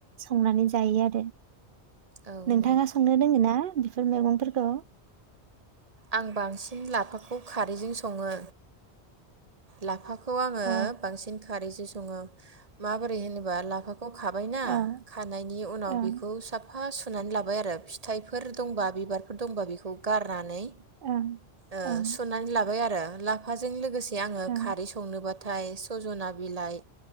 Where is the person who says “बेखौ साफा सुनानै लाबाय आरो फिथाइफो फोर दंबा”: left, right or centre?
Right